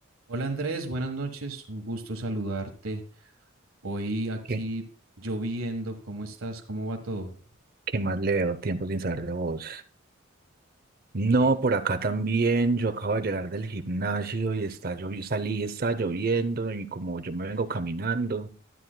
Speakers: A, on the right (about 85°); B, on the right (about 45°).
A: Hola Andrés, buenas noches, un gusto saludarte. Hoy aquí
B: ¿Qué,
A: lloviendo, ¿cómo estás? ¿Cómo va todo?
B: qué más leo? Tiempo sin saber de vos. No,
A: Bien.
B: por acá también. Yo acabo de llegar del gimnasio y está lloviendo, salí, está lloviendo y como yo me vengo caminando,